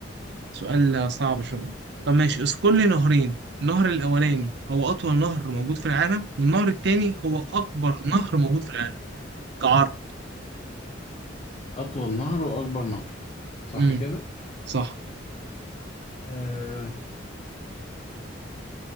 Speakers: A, on the right; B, on the left.
A: سؤال صعب شويه طب ماشي اذكر لي نهرين النهر الاولاني هو اطول نهر موجود في العالم والنهر التاني هو اكبر نهر موجود في العالم كعرض
B: اطول نهر واكبر نهر صح
A: امم
B: كده
A: صح
B: آه...